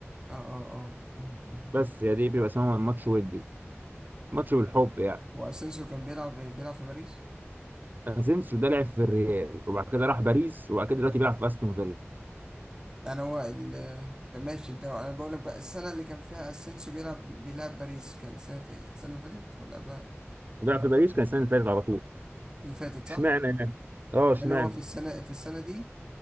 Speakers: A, on the right; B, on the right.
A: آه آه آه أمم، أمم.
B: بس يعني دي بيبقى اسمها ماتش ودي ماتش بالحب يعني
A: وأسينسيو كان بيلعب بيلعب في باريس
B: اسينسيو ده لعب في الريال وبعد كده راح باريس وبعد كده دلوقتي بيلعب في استون فيلا
A: انا هو ال- انت ماشي ده انا بقول لك بقى السنه اللي كان فيها اسينسيو بيلعب بيلعب باريس كان سنه ايه السنه اللي فاتت ولا قبلها
B: وبيلعب في باريس كان السنه اللي فاتت على طول
A: اللي فاتت
B: اشمعنى
A: صح
B: يعني اه اشمعنى
A: لان هو في السنه في السنه دي